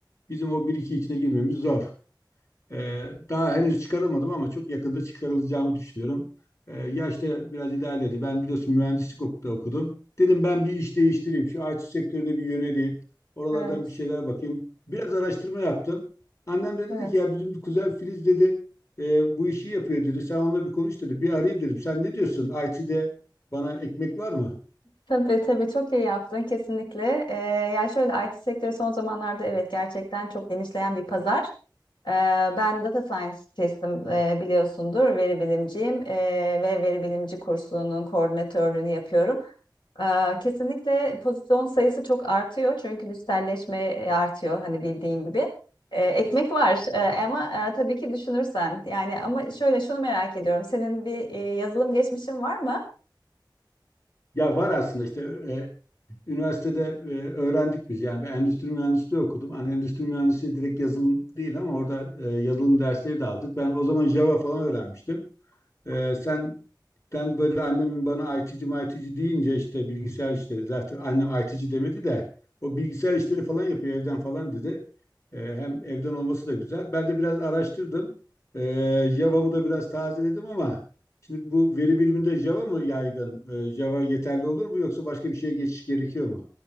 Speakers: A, on the left; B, on the left.
A: Bizim o bir iki içine girmemiz zor. Ee, daha henüz çıkarılmadım ama çok yakında çıkarılacağımı düşünüyorum. Ee, yaş da biraz ilerledi. Ben biliyorsun mühendislik okulda okudum. Dedim ben bir iş değiştireyim. Şu IT sektörüne bir yöneleyim. Oralardan
B: Evet,
A: bir şeyler bakayım. Biraz araştırma yaptım. Annem de
B: evet.
A: dedi ki ya bizim kuzen Filiz dedi e, bu işi yapıyor dedi. Sen onunla bir konuş dedi. Bir arayayım dedim. Sen ne diyorsun? IT'de bana ekmek var mı?
B: Tabii tabii çok iyi yaptın kesinlikle. Ee, yani şöyle IT sektörü son zamanlarda evet gerçekten çok genişleyen bir pazar. Ee, ben data scientist'im e, biliyorsundur, veri bilimciyim Ee, ve veri bilimci kursunun koordinatörlüğünü yapıyorum. Ee, Kesinlikle pozisyon sayısı çok artıyor çünkü dijitalleşme artıyor hani bildiğin gibi. Ee, ekmek var Ee, ama e, tabii ki düşünürsen yani ama şöyle şunu merak ediyorum senin bir e, yazılım geçmişin var mı?
A: Ya var aslında işte e, üniversitede e, öğrendik biz. Yani ben endüstri mühendisliği okudum. Hani endüstri mühendisliği direkt yazılım değil ama orada e, yazılım dersleri de aldık. Ben o zaman Java falan öğrenmiştim. E, sen ben böyle annemin bana IT'ci IT'ci deyince işte bilgisayar işleri zaten annem IT'ci demedi de o bilgisayar işleri falan yapıyor evden falan dedi. E, hem evden olması da güzel. Ben de biraz araştırdım. E, Java'mı da biraz tazeledim ama şimdi bu veri biliminde Java mı yaygın? E, Java yeterli olur mu yoksa başka bir şeye geçiş gerekiyor mu?